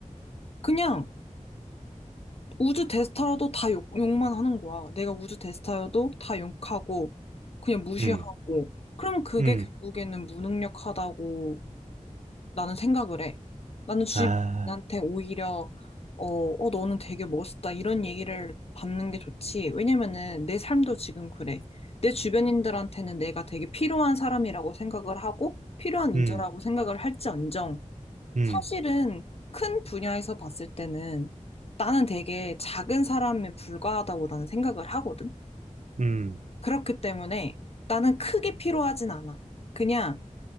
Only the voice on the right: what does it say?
음,
음,
아,
음,
음,
음,
음,